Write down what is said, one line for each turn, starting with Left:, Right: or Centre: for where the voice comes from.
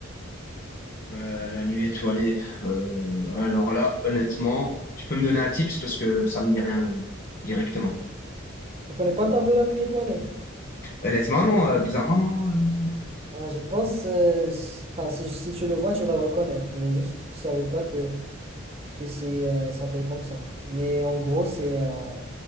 Left: Euh, la nuit étoilée. euh, alors là, honnêtement, tu peux me donner un tips parce que ça me dit rien directement.
Right: Je connais pas le tableau La Nuit étoilée.
Left: Honnêtement, non, euh, bizarrement, non. euh.
Right: Ah, je pense, euh, si- enfin, si, si tu le vois, tu vas le reconnaître, mais juste, tu savais pas que, que c'est, euh, il s'appelle comme ça. Mais en gros, c'est euh,